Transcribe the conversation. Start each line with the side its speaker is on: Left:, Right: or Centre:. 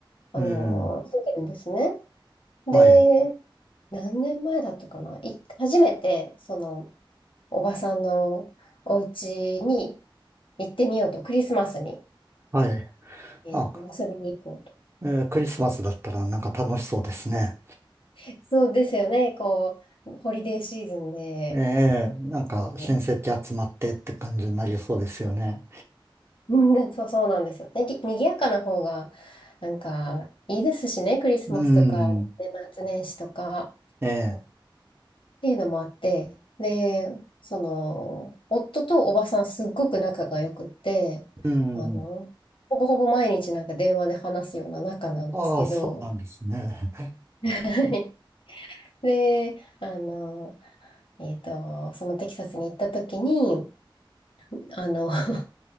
Left: あのー、
Right: うん、
Left: 住んでるんですね。で、
Right: はい、
Left: 何年前だったかない初めて、その、おばさんのお家に行ってみようと、クリスマスに、
Right: はい。
Left: えーと遊びに行こうと。
Right: あ、えークリスマスだったらなんか楽しそうですね。
Left: <laughs> そうですよね、こう、ホリデーシーズンで、
Right: ええ、なんか親戚集まってって感じになりそうですよね。
Left: こう、うんそう、そうなんですよ。にぎ、にぎやかな方が、なんか、いいですしね、クリスマスとか、
Right: うん、
Left: 年末年始とか。
Right: ええ、
Left: ていうのもあって、で、その、夫とおばさんすっごく仲が良くって、
Right: うん。
Left: あの、ほぼほぼ毎日なんか電話で話すような仲なんですけど、
Right: ああ、そうなんですね。
Left: はいで、あの、えっと、そのテキサスに行った時に、あの、<laughs>